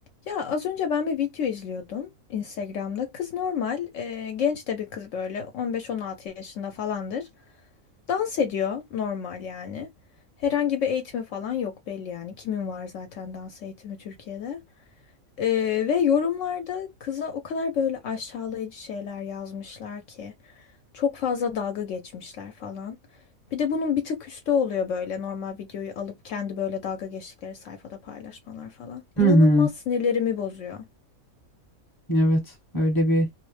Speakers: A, on the left (about 70°); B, on the left (about 20°).
A: Ya az önce ben bir video izliyordum Instagram'da. Kız normal, e, genç de bir kız böyle 15-16 yaşında falandır. Dans ediyor normal yani. Herhangi bir eğitimi falan yok belli yani. Kimin var zaten dans eğitimi Türkiye'de? E, ve yorumlarda kıza o kadar böyle aşağılayıcı şeyler yazmışlar ki. Çok fazla dalga geçmişler falan. Bir de bunun bir tık üstü oluyor böyle normal videoyu alıp kendi böyle dalga geçtikleri sayfada paylaşmalar falan. İnanılmaz
B: Hı hı.
A: sinirlerimi bozuyor.
B: Evet, öyle bir